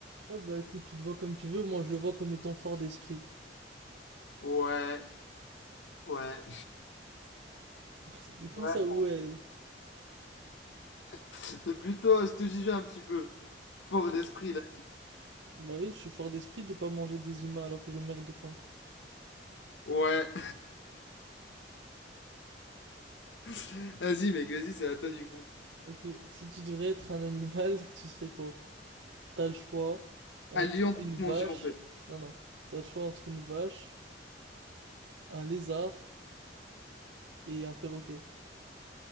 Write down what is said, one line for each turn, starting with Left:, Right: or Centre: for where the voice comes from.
Right: Ah bah écoute, tu le vois comme tu veux, moi je le vois comme étant fort d'esprit.
Left: Ouais, ouais,
Right: <laughs> C'est comme
Left: ouais.
Right: ça, ouais.
Left: C'est plutôt, je te jugeais un petit peu. Fort d'esprit,
Right: Euh,
Left: là.
Right: Bah oui, je suis fort d'esprit de pas manger des humains alors que je meurs de faim.
Left: Ouais. <laughs> Vas-y, mec, vas-y, c'est à toi du coup.
Right: Ok, si tu devrais être un animal, <laughs> tu serais quoi? T'as le choix entre
Left: Un lion peut
Right: une
Left: te
Right: vache.
Left: manger, en fait.
Right: Non, non. T'as le choix entre une vache, un lézard et un perroquet.